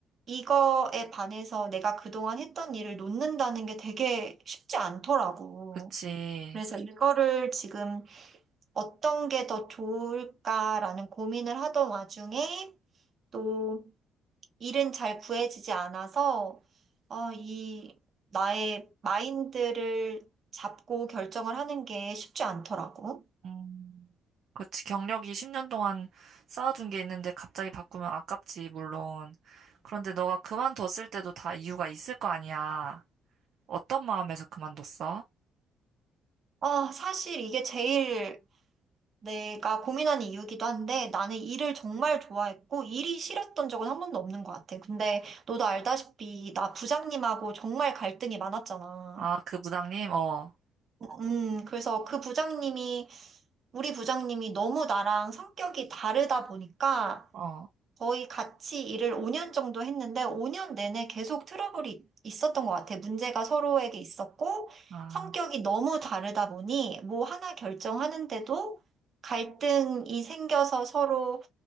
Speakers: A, on the right (about 45°); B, on the right (about 65°).
A: 이거에 반해서 내가 그동안 했던 일을 놓는다는 게 되게 쉽지 않더라고.
B: 그치.
A: 그래서 이거를 지금 어떤 게 더 좋을까라는 고민을 하던 와중에 또 일은 잘 구해지지 않아서 어, 이 나의 마인드를 잡고 결정을 하는 게 쉽지 않더라고.
B: 음. 그렇지. 경력이 10년 동안 쌓아둔 게 있는데 갑자기 바꾸면 아깝지, 물론. 그런데 너가 그만뒀을 때도 다 이유가 있을 거 아니야. 어떤 마음에서 그만뒀어?
A: 아, 사실 이게 제일 내가 고민하는 이유기도 한데 나는 일을 정말 좋아했고 일이 싫었던 적은 한 번도 없는 것 같아. 근데 너도 알다시피 나 부장님하고 정말 갈등이 많았잖아.
B: 아, 그 부장님? 어,
A: 음, 그래서 그 부장님이 우리 부장님이 너무 나랑 성격이 다르다 보니까
B: 어,
A: 거의 같이 일을 5년 정도 했는데 5년 내내 계속 트러블이 있었던 것 같아. 문제가 서로에게 있었고
B: 아,
A: 성격이 너무 다르다 보니 뭐 하나 결정하는데도 갈등이 생겨서 서로